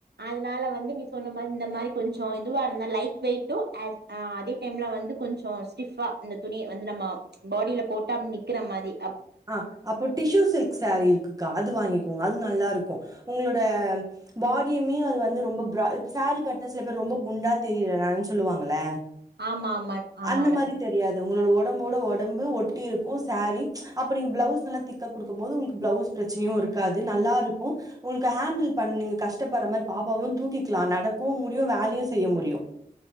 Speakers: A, on the right (about 85°); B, on the right (about 20°).
A: அதனால வந்து நீ சொன்ன மாதிரி இந்த மாதிரி கொஞ்சம் இதுவாக இருந்த லைட் வெய அதே டைம்ல வந்து கொஞ்சம் ஸ்டிஃபா இந்த துணி வந்து நம்ம பாடியில போட்டா அப்படின்னு ந்கிற மாதிரி
B: ஆஹ் அப்போ டிஷ்யூ சில்க் சோரீ இருக்குக்கா அது வாங்கிக்கோங்க அது நல்லா இருக்கும் உங்களோட பாடியுமே அது வந்து ரொம்ப சாரீ கன சில பேர் ரொம்ப குண்டா தெரியல னு சொல்லுவாங்கள
A: ஆமா ஆமா ஆமாடா
B: அந்த மாதிரி தெரியாது உங்களோட உடம்போட உடம்ப கடபு ஒட்டி இருக்கும் சாரீ அப்ப நீங்க பிளவுஸ் நல்லா திக்கா கொடுக்கும் போது உங்களுக்கு பிளவுஸ் பிரச்சனையும் இருக்காது நல்லா இருக்கும் உங்களுக்கு ஹேண்டில் பண்ண நீங்க கஷ்டப்படுற மாதிரி பாப்பாவும் தூக்கிக்கலாம் நடக்கவும் முடியும் வேலையும் செய்ய முடியும்